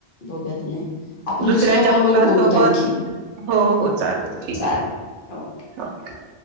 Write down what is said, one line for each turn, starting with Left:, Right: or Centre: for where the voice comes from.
Left: बघत नाही आपण
Right: दुसऱ्याच्या
Left: दुसऱ्या कॉलवर
Right: मुलासोबत,
Left: बोलूत आणखी
Right: हो हो चालते ठीक
Left: चालेल हो
Right: आहे.